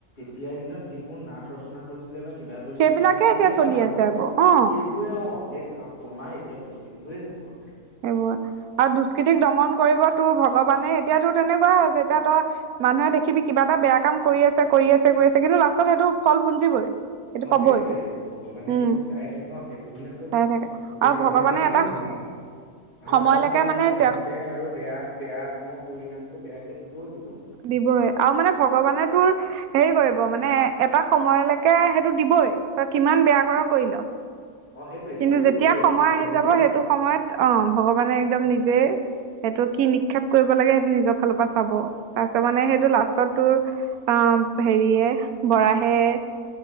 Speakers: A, on the left; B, on the right.
A: তেতিয়া দিনত যিবোৰ নাট ৰচনা কৰিছিলে বা কিবা কৰিছিলে
B: সেইবিলাকে
A: সেইবোৰে
B: এতিয়া চলি
A: আমাৰ
B: আছে
A: বৰ্ত,
B: আকৌ অ
A: সেইবোৰে অ' সেই আমাৰ এতিয়া পৰিস্থিতিবোৰেই সেইবোৰ।
B: সেইবোৰ। আৰু দুষ্কৃতিক দমন কৰিব তোৰ ভ ভগৱানে, এতিয়াতো তেনেকুৱাই হয় যে এতিয়া তই মানুহে দেখিবি কিবা এটা বেয়া কাম কৰি আছে, কৰি আছে, কৰি আছে, কিন্তু লাষ্টত সেইটো ফল ভুঞ্জিবই। সেইটো
A: অ'
B: পাবই
A: সেইটোৱে। ভগৱানে সেইটো
B: উম
A: চাই থাকে ন সেইটো মানে তোক
B: চাই থাকে
A: যেনে
B: আৰু ভগৱানে
A: যেনেকেই
B: এটা
A: নহওঁক। ভাল
B: সময়লৈকে
A: কামৰ পৰিণামতটো
B: মানে
A: ভালকে
B: তেওঁক
A: আৰু বেয়া বেয়া কামৰ পৰিণামতটো বেয়াকে দিবই দিব।
B: দিবই। আৰু মানে ভগৱানে তোৰ হেৰি কৰিব মানে এটা সময়লৈকে সেই টো দিবই। তই কিমান বেয়া
A: অ
B: কৰা কৰি ল।
A: অ সেইটোৱে দিবই
B: কিন্তু যেতিয়া
A: দিবই
B: সময়
A: সেইটো
B: আহি
A: যেনেকেই
B: যাব, সেইটো
A: হওক
B: সময়ত অ' ভগৱানে একদম নিজে সেইটো কি নিক্ষেপ কৰিব লাগে সেইটো নিজৰ ফালৰ পৰা চাব। তাৰপিছত মানে সেইটো লাষ্টত তোৰ অ' হেৰিয়ে বৰাহে,